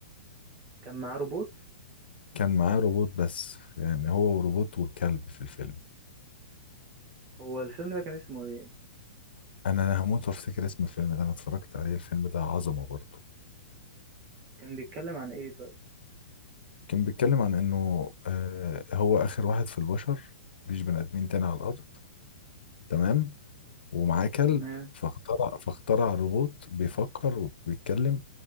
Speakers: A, on the right (about 25°); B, on the left (about 85°).
A: كان معاه روبوت
B: كان معاه روبوت بس يعني هو وروبوت وكلب في الفيلم
A: هو الفيلم ده كان اسمه ايه
B: انا هموت وافتكر اسم الفيلم ده انا اتفرجت عليه الفيلم ده عظمة برضه
A: كان بيتكلم عن ايه طيب
B: كان بيتكلم عن انه آه هو اخر واحد في البشر مفيش بني ادمين تاني على الارض تمام ومعاه كلب
A: تمام
B: فاخترع فاخترع روبوت بيفكر وبيتكلم